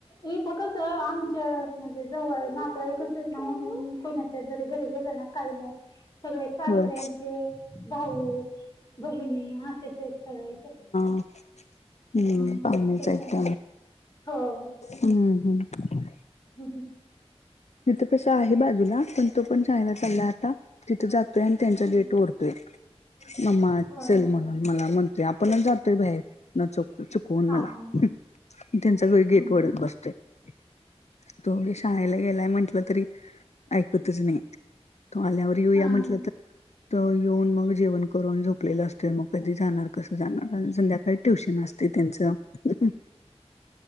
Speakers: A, on the left (about 35°); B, on the left (about 85°).
A: इ फकस आमच्या म्हणजे जवळ आहे ना ना म्हणून कोणाच्या जरी घरी गेलं ना काही नाही सगळ सासऱ्यांचे
B: होय
A: भाऊ बहिणी असेच आहेत सगळे
B: ह हम्म
A: हं
B: पामचत
A: त्याच्यामुळे हो
B: हम्म हम्
A: ह ह
B: हीथ कसं आहे बाजूला पण तो पण शाळेला चालला आता तिथं जातोय आणि त्यांचा
A: हं.
B: गेट ओढतोय मम्मा
A: होय
B: चल म्हण मला म्हणतेय आपणच जातोय बाहेर न चुक चुकवून
A: हां
B: मला
A: हां
B: त्यांचा काही
A: हं,
B: गेट वडत
A: हं.
B: बसतंय तोे शाळेला गेलाय म्हंटलं तरी ऐकतच नाही तो आल्यावर येऊया
A: हां
B: म्हंटल
A: हां
B: तर तवर येऊन मग जेवण करून झोप आपले असतो मग कधी जाणार कसं जाणार संध्याकाळी ट्युशन असते त्यांचं आता